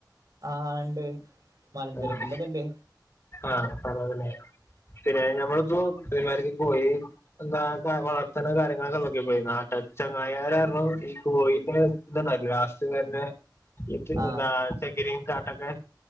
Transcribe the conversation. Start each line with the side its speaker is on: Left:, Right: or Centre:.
Right: ആഹ് ഇണ്ട്. മലഞ്ചരക്കിന്റെതുണ്ട്
Left: ആഹ്. ആഹ് അതാണ്ല്ലേ? പിന്നെ ഞമ്മളിപ്പോ പെരുമാനിക്കേക്ക് പോയി എന്താ വളർത്തണ കാര്യങ്ങളൊക്കെ നോക്കിപ്പോയി. നാട്ട, ചങ്ങായിമാര് കാരണം ഈ കോയീന്റെ ഇത്ണ്ടാവില്ലെ ലാസ്റ്റിംഗ് വയറിന്റെ ഇത്
Right: ആഹ്
Left: എന്താ, ചകിരിയും കാട്ടക്കെ